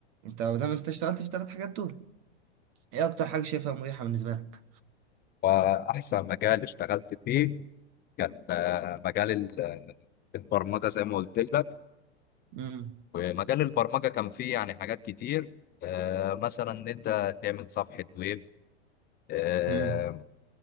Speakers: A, on the right; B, on the left.
A: انت ما دام انت اشتغلت في ثلاث حاجات دول ايه اكتر حاجة شايفها مريحة بالنسبة لك
B: واحسن مجال اشتغلت فيه كان آه، مجال ال- آه، البرمجة زي ما قلت لك
A: امم
B: ومجال البرمجة كان فيه يعني حاجات كتير آه، مثلا إن أنت تعمل صفحة ويب آه،
A: امم